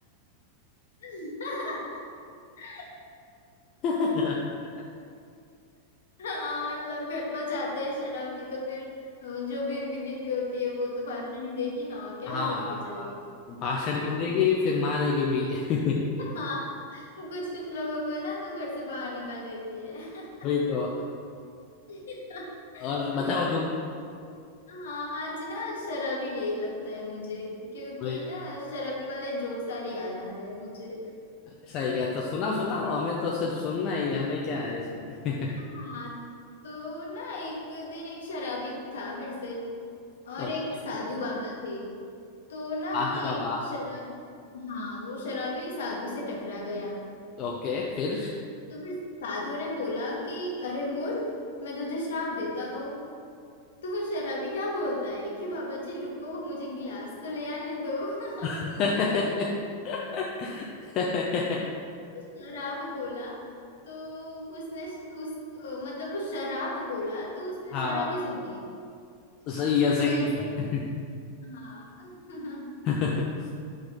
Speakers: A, on the left; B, on the left.
A: <laughs>
B: <laughs>
A: हाँ मतलब घर को जाते हैं शराब भी तो फिर अ, जो भी उनकी बीवी होती है वो तो भाषण ही देगी ना और क्या
B: हाँ
A: करेगी बेचारी
B: भाषण
A: <laughs>
B: तो देगी फिर मारेगी भी <laughs>
A: हाँ कुछ कुछ लोगों को ना तो घर से बाहर निकाल देती है <laughs>
B: वही तो
A: <laughs>
B: और बताओ
A: मतलब
B: तुम
A: हाँ आज ना शराबी डे लगता है मुझे क्योंकि
B: वही
A: ना शराबी वाले जोक सारे याद आ रहे हैं मुझे
B: ऐसा ही क्या तो सुनाओ सुनाओ हमें तो सिर्फ सुनना ही है हमें क्या है इसमें <laughs>
A: हाँ तो ना एक दिन एक शराबी था फिर से और
B: ओके
A: एक साधु बाबा थे तो ना
B: साधु बाबा
A: एक शराब हाँ वो शराबी साधु से टकरा गया
B: ओके फिर
A: तो फिर साधु ने बोला कि अरे मूर्ख मैं तुझे श्राप देता हूँ तो वो शराबी क्या बोलता है कि बाबा जी रुको मुझे गिलास तो ले आने दो <laughs>
B: <laughs>
A: मतलब वो शराब बोला तो उसने श- उस अ, मतलब वो शराब बोला तो उसने
B: हाँ
A: शराब ही सुन लिया
B: सही
A: उनका
B: है सही
A: ऐसा
B: है
A: ही हाँ <laughs>
B: <laughs>